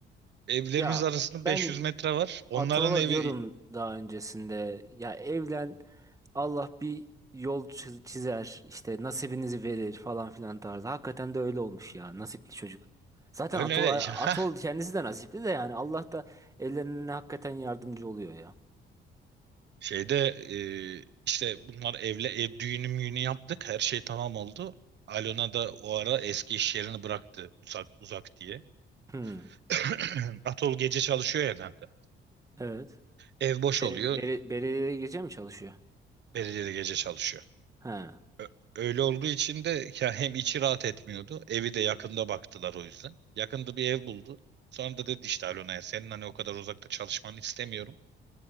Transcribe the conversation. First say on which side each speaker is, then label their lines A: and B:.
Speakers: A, on the right (about 60°); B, on the right (about 15°).
A: Evlerimiz
B: Ya
A: arasında
B: ben
A: 500 metre var. Onların
B: Ataola
A: evi
B: diyordum daha öncesinde. Ya evlen Allah bir yol çi- çizer işte nasibinizi verir falan filan tarzı. Hakikaten de öyle olmuş ya nasipli çocuk. Zaten
A: öyle
B: Atol,
A: öyle. <laughs> Ha,
B: Atol kendisi de nasipli de yani Allah da ellerine hakikaten yardımcı oluyor ya.
A: şeyde e, işte bunlar evle ev düğünü müğünü yaptık. Her şey tamam oldu. Alona da o ara eski iş yerini bıraktı uzak uzak diye.
B: Hı,
A: <clears throat> Atol gece çalışıyor ya kanka.
B: evet.
A: Ev boş
B: Bel-
A: oluyor.
B: bel- Belediyede gece mi çalışıyor?
A: Belediye de gece çalışıyor.
B: He.
A: Ö- Öyle olduğu için de ya hem içi rahat etmiyordu. Evi de yakında baktılar o yüzden. Yakında bir ev buldu. Sonra da dedi işte Alona'ya senin hani o kadar uzakta çalışmanı istemiyorum.